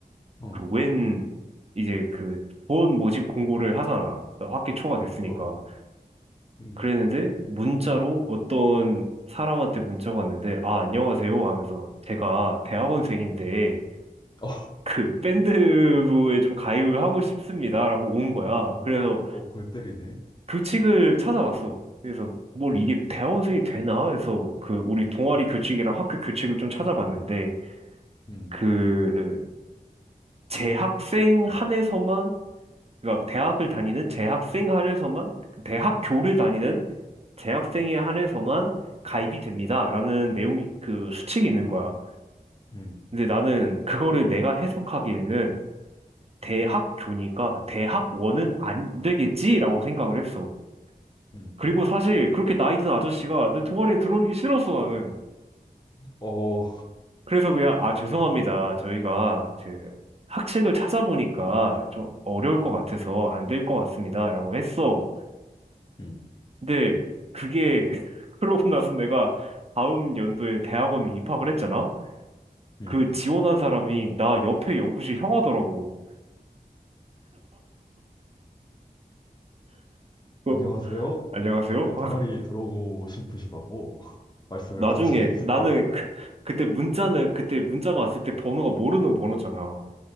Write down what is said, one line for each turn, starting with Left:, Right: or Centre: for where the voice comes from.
Left: 어,
Right: 그, 웬, 이제 그, 본 모집 공고를 하잖아. 학기 초가 됐으니까.
Left: 어, 음.
Right: 그랬는데, 문자로 어떤 사람한테 문자가 왔는데, 아, 안녕하세요 하면서, 제가 대학원생인데,
Left: 어,
Right: 그 밴드부에 좀 가입을 하고 싶습니다라고 온
Left: 어,
Right: 거야.
Left: 어,
Right: 그래서
Left: 어, 골 때리네.
Right: 교칙을 찾아봤어. 그래서 뭘
Left: 음,
Right: 이게 대학원생이 되나 해서 그 우리 동아리 교칙이랑 학교 교칙을 좀 찾아봤는데
Left: 음,
Right: 그 재학생 한에서만 그러니까 대학을 다니는 재학생 한에서만 대학교를 다니는 재학생에 한해서만 가입이 됩니다라는 내용이 그 수칙이 있는 거야.
Left: 음,
Right: 근데 나는 그거를 내가 해석하기에는 대학 교니까 대학원은 안 되겠지라고 생각을 했어.
Left: 음.
Right: 그리고 사실 그렇게 나이 든 아저씨가 내 동아리에 들어오는 게 싫었어, 나는.
Left: 어,
Right: 그래서 그냥, 아, 죄송합니다. 저희가 그 학책을 찾아보니까 좀 어려울 것 같아서 안 될 것 같습니다. 라고 했어.
Left: 음,
Right: 근데 그게, <laughs> 그러고 나서 내가 다음 연도에 대학원에 입학을 했잖아?
Left: 음.
Right: 그 지원한 사람이 나 옆에 연구실 형하더라고. 어,
Left: 안녕하세요.
Right: 안녕하세요?
Left: 그 동아리 들어오고 싶으시다고 <laughs> 말씀을
Right: 나중에
Left: 들었습니다.
Right: 나는 그, 그때 문자는 그때 문자가 왔을 때 번호가 모르는 번호잖아.